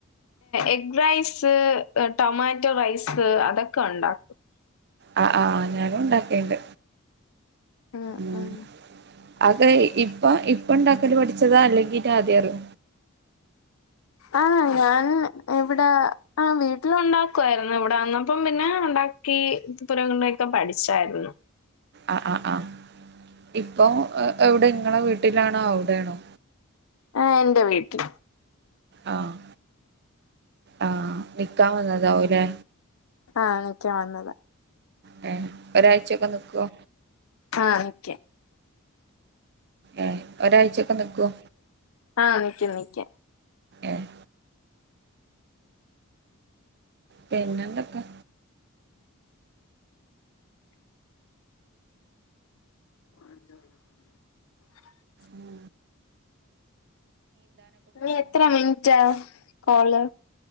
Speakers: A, on the left (about 70°); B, on the right (about 50°).
A: എഗ് റൈസ് ടൊമാറ്റോ റൈസ്, അതൊക്കെ ഉണ്ടാക്കും
B: ആ ആഹ ഞാനും ഉണ്ടാക്കിണ്ട്
A: ഉം
B: ഉ
A: ഉം
B: അതെ ഇപ്പൊ ഇപ്പൊ ഉണ്ടാക്കല് പഠിച്ചതാ അല്ലെങ്കിആദ്യറ
A: ആഹ ഞാൻ ഇവിടെ ആ വീട്ടിൽ ഉണ്ടാക്കു ആയിരുന്നു ഇവിടെ വന്നപ്പം പിന്നെ ഉണ്ടാക്കി പുരണ്ടക്ക പഠിച്ചായിരുന്നു
B: ആ ആ ആ ഇപ്പൊ എവിടെ നിങ്ങളെ വീട്ടിലാണോ അവിടെയാണോ
A: ആ എന്റെ വീട്ടിൽ.
B: ആഹ് ആഹ് നിക്കാൻ വന്നതാവൂല്ലേ?
A: ആഹ് നിക്കാൻ വന്നതാ.
B: മ് ഒരാഴ്ച ഒക്കെ നിക്കുവോ?
A: ആഹ് നിക്കാം
B: ഏഹ് ഒരാഴ്ചൊക്കെ നിക്കുവോ
A: ആഹ് നിക്കും നിക്കും.
B: ഏഹ് പിന്നെന്തൊക്കെ?
A: <unintelligible>
B: മ്
A: ഇനി എത്ര മിനിറ്റാ കോള്?